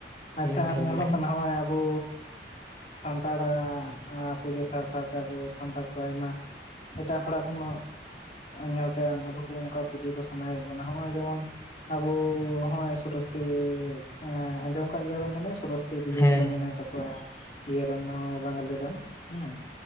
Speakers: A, on the left; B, on the left.
A: ᱟᱪᱪᱷᱟ
B: ᱱᱤᱝᱠᱟ
A: ᱟᱨ ᱧᱮᱞᱚᱜ
B: ᱜᱚᱝᱠᱮ
A: ᱠᱟᱱᱟ ᱱᱚᱜᱼᱚᱭ ᱟᱵᱚᱼᱼ ᱥᱟᱱᱛᱟᱲᱟᱜ ᱯᱩᱡᱟᱹ ᱥᱟᱶ ᱥᱟᱶᱛᱮ ᱟᱵᱚ ᱥᱟᱱᱛᱟᱲ ᱠᱚ ᱟᱭᱢᱟ ᱮᱴᱟᱜ ᱦᱚᱲᱟᱜ ᱵᱚᱱ ᱧᱮᱞ ᱛᱮ ᱟᱵᱚ ᱦᱚᱸ ᱚᱱᱠᱟ ᱯᱩᱡᱟᱹ ᱠᱚ ᱥᱟᱱᱟᱭᱮᱫ ᱵᱚᱱᱟ ᱱᱚᱜᱼᱚᱭ ᱡᱮᱢᱚᱱ ᱟᱵ ᱦᱸᱜ-ᱚᱭ ᱥᱚᱨᱚᱥᱚᱛᱤ ᱮᱜ ᱟᱸᱡᱚᱢ ᱠᱟᱜ ᱜᱮᱭᱟᱵᱱ ᱡᱟᱱᱮ ᱥᱚᱨᱚᱥᱚᱛᱤ ᱫᱮᱵᱤ
B: ᱦᱮᱸ
A: ᱵᱚᱞᱮ ᱢᱮᱱᱟᱭ ᱛᱟᱠᱚᱣᱟ, ᱤᱭᱟᱹ ᱨᱮᱱ ᱦᱚᱭ ᱵᱟᱝᱜᱟᱞᱤ ᱨᱮᱱ ᱦᱮᱸ